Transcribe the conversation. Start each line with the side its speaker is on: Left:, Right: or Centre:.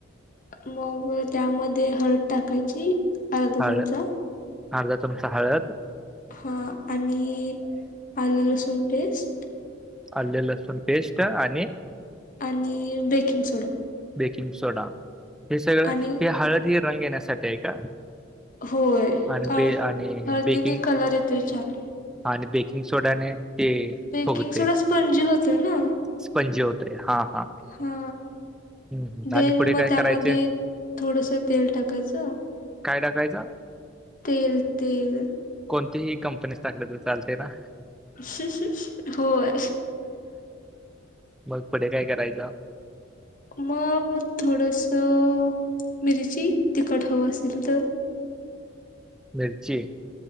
Left: मग त्यामध्ये हळद टाकायची? अर्धा
Centre: हळद
Left: चमचा.
Centre: अर्धा चमचा हळद
Left: हा आणि आलं लसूण पेस्ट
Centre: आल्ल लसुण पेस्ट आणि?
Left: आणि बेकिंग सोडा?
Centre: बेकिंग सोडा हे सगळं
Left: आणि
Centre: हे हळदी रंग येण्यासाठी आहे का?
Left: होय
Centre: आणि
Left: अ
Centre: बे आणि
Left: हळदीने
Centre: बेकिंग
Left: एक कलर येतोय छान?
Centre: आणि बेकिंग सोड्याने? ते
Left: बेकिंग
Centre: फुगते
Left: सोडा स्पंजी होतोय ना
Centre: स्पंजे होते हा हा.
Left: हा
Centre: हम्म हम्म.
Left: देन
Centre: आणि पुढे
Left: मग
Centre: काय
Left: त्यामध्ये
Centre: करायचे
Left: थोडस तेल टाकायचं
Centre: काय टाकायचं?
Left: तेल तेल?
Centre: कोणतीही कंपनीच टाकलं तर चालतंय ना?
Left: श होय.
Centre: मग पुढे काय करायच?
Left: मग थोडस मिरची तिखट हवं असेल तर,
Centre: मिरची.